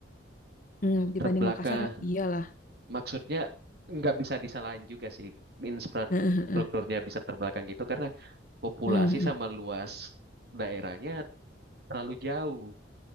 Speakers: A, on the left; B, on the right.
A: Hmm, dibanding
B: Terbelakang
A: Makassar, iyalah.
B: maksudnya nggak bisa disalahin juga sih infrastrukturnya
A: Heeh, heeh,
B: bisa terbelakang gitu karena populasi
A: heeh, heeh,
B: sama luas daerahnya terlalu jauh.